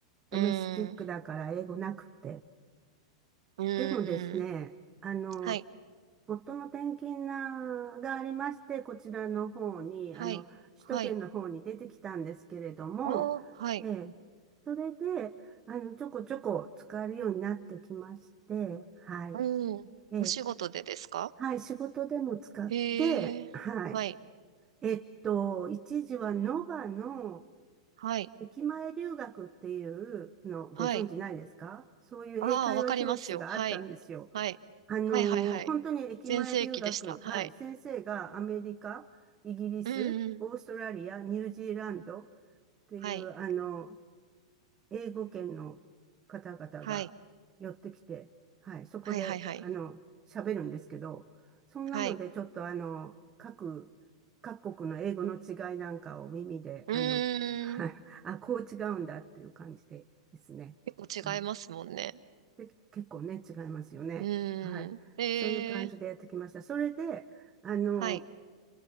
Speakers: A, on the right (about 20°); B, on the right (about 80°).
A: ドメスティックだから英語なくて。
B: うーん、うーん、
A: でもですね、あの、
B: はい。
A: 夫の転勤ながありまして、こちらの方に、
B: はい。
A: あの、首都圏の方に出てきたんですけれども、
B: はい。ああ、はい。
A: ええ、それで、あの、ちょこちょこ使えるようになってきまして、はい。
B: うーん、
A: ええ、
B: お仕事でですか
A: はい、仕事でも使って、
B: へえ、
A: はい。
B: はい、
A: えっと、一時はノバの
B: はい、
A: 駅前留学っていうのご存知ないですかそういう英会話教室があったんですよ。
B: はい。ああ、わかりますよ。はい、はい、
A: あのー本当に駅前留学、
B: はい、はい、はい。全盛期でした。はい。
A: はい、先生がアメリカ、イギリス、
B: うんうん。
A: オーストラリア、ニュージーランドっていう、
B: はい、
A: あの、英語圏の方々が寄ってきて、
B: はい、
A: はい、そこで、
B: はい、はい、はい。
A: あの、喋るんですけど、そんなので、
B: はい。
A: ちょっと、あの、各、各国の英語の違いなんかを耳で、
B: うーん。
A: あの、はい、<laughs> あ、こう違うんだっていう感じでですね。
B: 結構違いますもんね。
A: はい。で、結構ね、違いますよね。
B: うーん。
A: はい。
B: へえ、
A: そういう感じでやってきました。それで、あの、
B: はい、